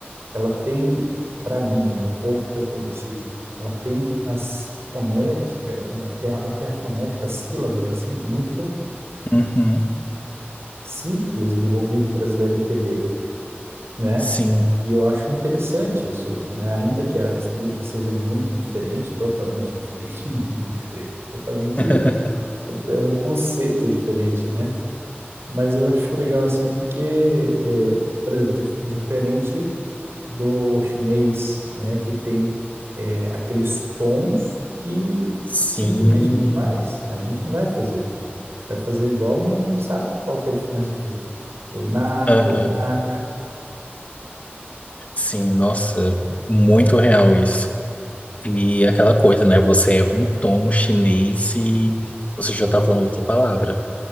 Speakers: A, on the right; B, on the left.
A: ela tem, para mim, né, o pouco que eu conheci, ela tem as fonéticas, até a, tem a fonética, as sílabas, assim, muito
B: Uhum.
A: simples do ouvido brasileiro entender, né?
B: Sim.
A: E eu acho interessante isso, né? Ainda que a escrita seja muito diferente, totalmente diferente, <laughs> muito diferente, totalmente,
B: <laughs>
A: até o conceito é diferente, né? Mas eu acho legal assim porque, é, por exemplo, dif- diferente do chinês, né, que tem é, aqueles tons que
B: Sim.
A: simplesmente não faz, a gente não vai fazer. Vai fazer igual, mas não sabe qual que é a diferença de, do na
B: Aham.
A: pro na.
B: Sim, nossa, muito real isso. E aquela coisa, né? Você erra um tom no chinês e você já tá falando outra palavra.